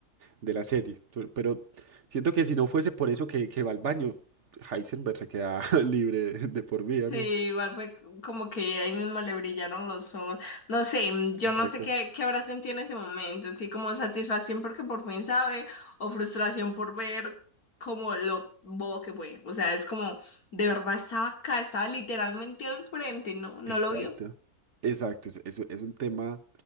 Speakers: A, on the right; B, on the left.
A: de la serie. Pero pero siento que si no fuese por eso que, que va al baño, Heisenberg se queda <laughs> libre de por vida,
B: Sí,
A: ¿no?
B: igual fue como que ahí mismo le brillaron los ojos. No sé, mm, yo
A: exacto
B: no sé qué, qué habrá sentido en ese momento, sí, como satisfacción porque por fin sabe, o frustración por ver como lo bobo que fue. O sea, es como, de verdad estaba acá, estaba literalmente al frente, no, no
A: Exacto.
B: lo vio.
A: Exacto, es, es- es un tema